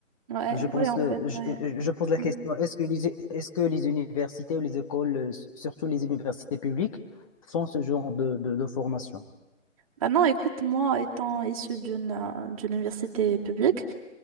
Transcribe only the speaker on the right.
Ouais,
ouais, en
fait,
ouais.
Mm.
Bah non, écoute, moi, étant issue d'une euh, d'une université publique,